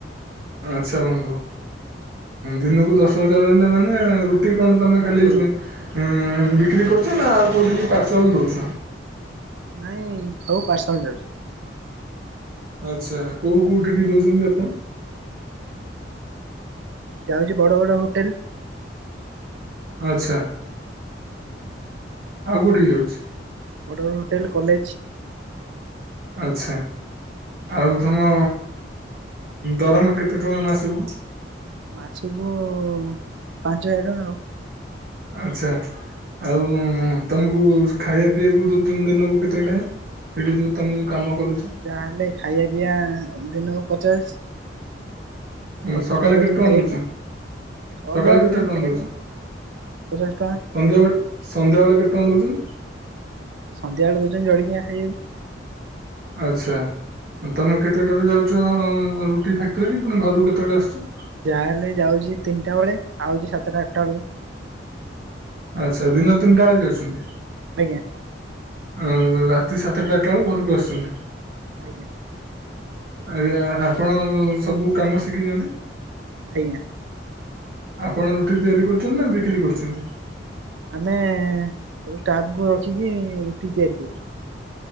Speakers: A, on the right; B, on the right.
A: ଆଚ୍ଛା ବନ୍ଧୁ ଦିନକୁ ଦଶ ହଜାର ହେଲେ ମାନେ ରୁଟି କଣ ତମେ ଖାଲି
B: ଆଜ୍ଞା
A: ବିକ୍ରି କରୁଛ ନା ଆଉ କୋଉଠି ପାର୍ସଲ ଦୋଉଛ?
B: ନାଇଁ ସବୁ ପାର୍ସଲ ଯାଉଛି।
A: ଆଛା କୋଉ କୋଉଠିକି ଦୋଉଛନ୍ତି ଆପଣ?
B: ଯାଉଛି ବଡ ବଡ ହୋଟେଲ।
A: ଆଛା ଆଉ କୋଉଠିକି ଯାଉଛି?
B: ବଡ଼ ବଡ଼ ହୋଟେଲ କଲେଜ।
A: ଆଛା ଆଉ ତମ ଦରମା କେତେ ଟଙ୍କା ମାସକୁ?
B: ମାସକୁ ପାଞ୍ଚ ହଜାର ଟଙ୍କା ଆଉ।
A: ଆଛା ଆଉ ତମକୁ ଖାଇବା ପିଇବାକୁ ଦଉଛନ୍ତି ଦିନକୁ କେତେ ଟାଇମ୍? ସେଇଠି ଯେଉଁ ତୁମେ କାମ କରୁଛ।
B: ଯାହାହେଲେ ଖାଇବା ପିଇଆ ଦିନକୁ ପଚାଶ। ପଚାଶ
A: ସକାଳେ
B: ଦଉଛନ୍ତି
A: କେତେ ଟଙ୍କା
B: ଖାଇବାକୁ।
A: ଦଉଛନ୍ତି ସକାଳେ
B: ଅଲଗା
A: କେତେ
B: ଦଉଛନ୍ତି
A: ଟଙ୍କା
B: ଖାଇବାକୁ
A: ଦଉଛ?
B: ପଚାଶ ଟଙ୍କା
A: ସନ୍ଧ୍ୟାବେଳେ ସନ୍ଧ୍ୟାବେଳେ କେତେ ଟଙ୍କା ଦେଉଛନ୍ତି?
B: ସନ୍ଧ୍ୟାବେଳେ ଦୋଉଛନ୍ତି ଜଳିଖିଆ ଖାଇବାକୁ।
A: ଆଚ୍ଛା ହଁ ତମେ କେତେଟାରେ ଯାଉଛ ରୁଟି ଫ୍ୟାକ୍ଟ୍ରି କି ପୁଣି ଘରକୁ କେତେବେଳେ ଆସୁଛ?
B: ଯାହାହେଲେ ଯାଉଛି ତିନିଟା ବେଳେ ଆଉଛି ସାତଟା ଆଠଟା ବେଳକୁ।
A: ଆଚ୍ଛା ଦିନ ତିନିଟା ବେଳେ ଯାଉଛନ୍ତି।
B: ଆଜ୍ଞା।
A: ଅ ଦ ରାତି ସାତଟା ଆଠଟା ବେଳକୁ ଘରକୁ ଆସୁଛନ୍ତି।
B: ଆଜ୍ଞା।
A: ଆଜ୍ଞା ଆପଣ ସବୁ କାମ ଶିଖିଛନ୍ତି?
B: ଆଜ୍ଞା।
A: ଆପଣ ରୁଟି ତିଆରି କରୁଛନ୍ତି ନା ବିକ୍ରି କରୁଛନ୍ତି?
B: ଆମେ ସବୁ ଷ୍ଟାପ୍‌ ଙ୍କୁ ରଖିକି ରୁଟି ତିଆରି କରୁଛୁ।